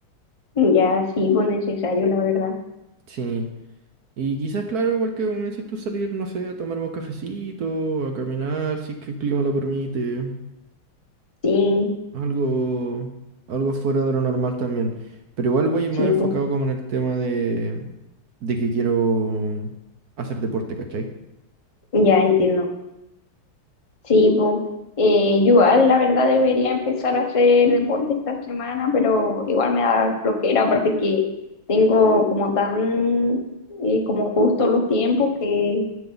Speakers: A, on the left; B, on the right.
A: Ya, sí, pues necesario, la verdad.
B: Sí. Y quizás, claro, igual que como me necesito salir, no sé, a tomarme un cafecito, a caminar, si es que el clima lo permite.
A: Sí,
B: Algo, algo fuera de lo normal también. Pero igual voy más
A: sí,
B: enfocado
A: pues,
B: como en el tema de, de que quiero hacer deporte, ¿cachai?
A: ya entiendo. Sí, pues, eh, yo igual, la verdad, debería empezar a hacer deporte esta semana, pero igual me da flojera, aparte que tengo como tan, eh, como justo los tiempos que,